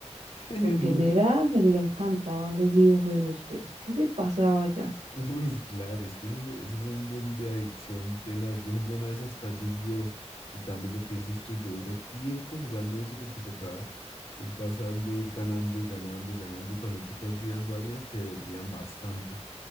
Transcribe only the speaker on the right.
porque él era, él le encantaban los videojuegos, pero es que se pasaba ya.